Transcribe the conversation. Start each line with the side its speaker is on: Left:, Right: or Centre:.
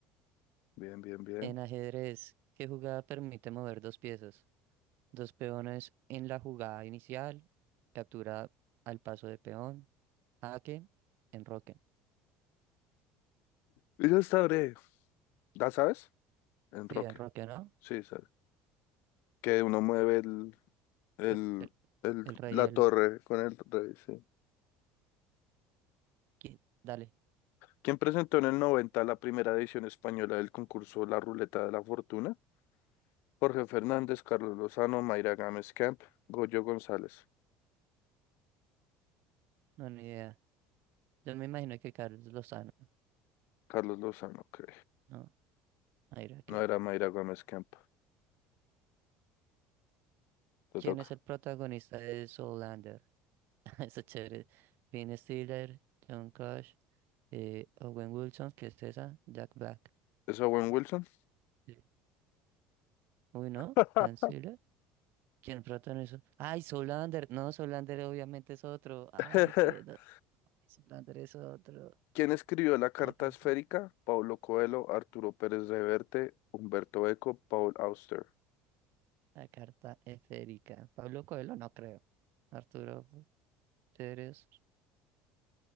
Left: Bien, bien, bien.
Right: En ajedrez, ¿qué jugada permite mover dos piezas? Dos peones en la jugada inicial, captura al paso de peón, jaque, enroque.
Left: Y ya está breve. ¿Ya sabes? Enroque.
Right: Sí, enroque, ¿no?
Left: Sí, sabes. Que uno mueve el, el,
Right: El, el-
Left: el-
Right: el rey
Left: la
Right: y el...
Left: torre con el rey, sí.
Right: qui- Dale,
Left: ¿Quién presentó en el 90 la primera edición española del concurso La Ruleta de la Fortuna? Jorge Fernández, Carlos Lozano, Mayra Gámez Camp, Goyo González.
Right: no, ni idea. Yo me imagino que Carlos Lozano,
Left: Carlos Lozano, ok.
Right: ¿no? Mira que-
Left: No era Mayra Gómez Camp. Te
Right: ¿Quién
Left: toca.
Right: es el protagonista de Zoolander? <laughs> Está chévere. Ben Stiller, John Crush, eh, Owen Wilson, ¿qué es esa? Jack Black.
Left: ¿Es Owen Wilson?
Right: Sí. Uy, ¿no?
Left: <laughs>
Right: Ben Stiller. ¿Quién protagonizó? ¡Ay, Zoolander! No, Zoolander obviamente es otro. ¡Ay,
Left: <laughs>
Right: qué... no. Zoolander es otro.
Left: ¿Quién escribió la carta
Right: La, ca-
Left: esférica? Paulo Coelho, Arturo Pérez Reverte, Humberto Eco, Paul Auster.
Right: la carta esférica. Pablo Coelho, no creo. Arturo Pérez,